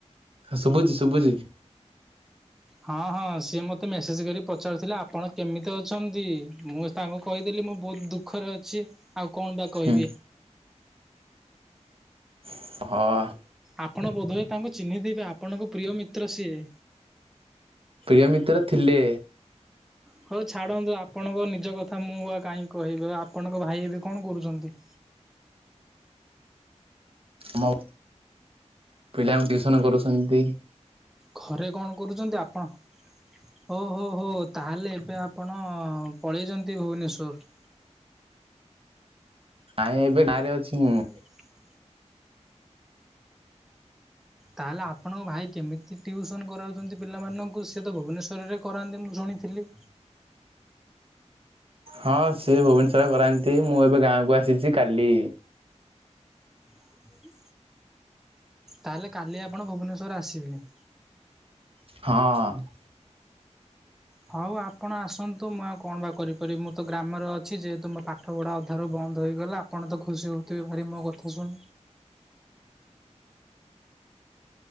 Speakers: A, on the right; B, in the centre.
A: ହ ଶୁଭୁଛି ଶୁଭୁଛି।
B: ହଁ ହଁ ସିଏ ମତେ ମେସେଜ କରିକ ପଚାରୁଥିଲେ ଆପଣ କେମିତି ଅଛନ୍ତି ମୁଁ ତାଙ୍କୁ କହିଦେଲି ମୁଁ ବହୁତ ଦୁଃଖରେ ଅଛି ଆଉ କଣ ବା କହିବି?
A: ହୁଁ ହଁ।
B: ଆପଣ ବୋଧହୁଏ ତାଙ୍କୁ ଚିହ୍ନି ଦେବେ ଆପଣଙ୍କ ପ୍ରିୟ ମିତ୍ର ସିଏ।
A: ପ୍ରିୟ ମିତ୍ର ଥିଲେ।
B: ହ ହ ହଉ ଛାଡ଼ନ୍ତୁ ଆପଣଙ୍କ ନିଜ କଥା ମୁଁ ବା କାହିଁ କହିବି ଆପଣଙ୍କ ଭାଇ ଏବେ କଣ କରୁଛନ୍ତି?
A: ମୋ ପିଲାଙ୍କୁ ଟିଉସନ କରୁଛନ୍ତି।
B: ଘରେ କଣ କରୁଛନ୍ତି ଆପଣ? ଓଉ ହୋ ହଉ ତାହେଲେ ଏବେ ଆପଣ ପଳେଇଛନ୍ତି ଭୁବନେଶ୍ୱର?
A: ନାଇଁ ଏବେ ଗାଁରେ ଅଛିଁ ମୁଁ।
B: ହ ତାହେଲେ ଆପଣଙ୍କ ଭାଇ କେମିତି ଟିଉସନ୍ କରାଉଛନ୍ତି ପିଲାମାନଙ୍କୁ, ସିଏ ତ ଭୁବନେଶ୍ୱରରେ କରାନ୍ତି ମୁଁ ଶୁଣିଥିଲି।
A: ହଁ ସିଏ ଭୁବନେଶ୍ଵରରେ କରାନ୍ତି ମୁଁ ଏବେ ଗାଁକୁ ଆସିଛି କାଲି।
B: ହ ତାହେଲେ କାଲି ଆପଣ ଭୁବନେଶ୍ୱର ଆସିବେ?
A: ହଁ।
B: ହଉ ଆପଣ ଆସନ୍ତୁ ମୁଁ ଆଉ କଣ ବା କରିପାରିବି ମୁଁ ତ ଗ୍ରାମରେ ଅଛି ଯେହେତୁ ମୋ ପା ପାଠଗଢ଼ା ଅଧାରୁ ବନ୍ଦ ହୋଇଗଲା ଆପଣ ତ ଖୁସି ହେଉଥିବେ ଭାରି ମୋ କଥାକୁ ଶୁ